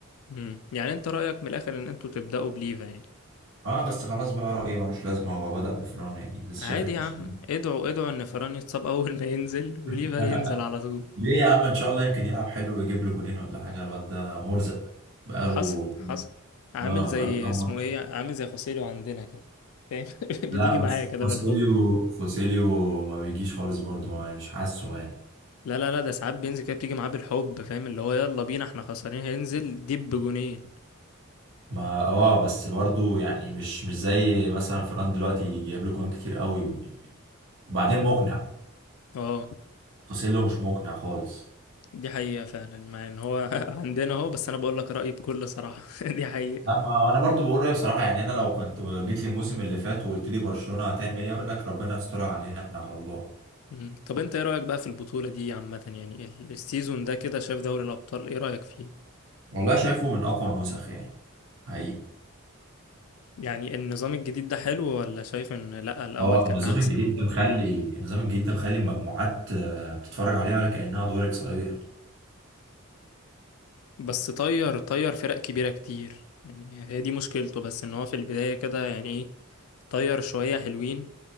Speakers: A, on the left; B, on the right.
A: مم. يعني انت رأيك من الاخر ان انتوا تبدأوا بليفا يعني
B: اه بس خلاص بقى رأيي ملوش لازمه هو بدأ بفران يعني لسه
A: عادي
B: شايف التشكيل
A: يا عم ادعوا ادعوا ان فران يتصاب اول ما ينزل وليفا
B: <laughs>
A: ينزل على طول
B: ليه يا عم ان شاء الله يمكن يلعب حلو ويجيب له جونين ولا حاجه الواد ده مرزق بقاله
A: حصل حصل عامل
B: اه
A: زي
B: بقاله كام
A: اسمه
B: ماتش
A: ايه عامل زي خوسيلو عندنا كده فاهم <laughs>
B: لا
A: بتيجي
B: بس
A: معايا كده
B: خوسيليو
A: بالحب
B: خوسيليو ما بيجيش خالص برضه ما- مش حاسه يعني
A: لا لا لا ده ساعات بينزل كده بتيجي معاه بالحب فاهم اللي هو يلا بينا احنا خسرانين هينزل دب جونين
B: ما اه بس برضو يعني مش مش زي مثلا فران دلوقتي جايب له جوان كتير قوي وبعدين مقنع
A: اه
B: خوسيلو مش مقنع خالص
A: دي حقيقة فعلا مع ان هو <laughs> عندنا اهو بس انا بقول لك رأيي بكل صراحة <laughs> دي حقيقة
B: اما انا برضو بقول رايي بصراحه يعني انا لو كنت جيت لي الموسم اللي فات وقلت لي برشلونه هتعمل ايه اقول لك ربنا يسترها علينا احنا على الله
A: مم. طب انت ايه رأيك بقى في البطولة دي عامة يعني ال- السيزون ده كده شايف دوري الابطال ايه رأيك فيه
B: والله شايفه من اقوى النسخ يعني حقيقي
A: يعني النظام الجديد ده حلو ولا شايف ان لا الاول
B: اه
A: كان
B: النظام
A: احسن
B: الجديد
A: وبتاع؟
B: ده مخلي النظام الجديد ده مخلي المجموعات آه، بتتفرج عليها ولا كانها دور اقصائيه
A: بس طير طير فرق كبيرة كتير يعني هي دي مشكلته بس ان هو في البداية كده يعني ايه طير شوية حلوين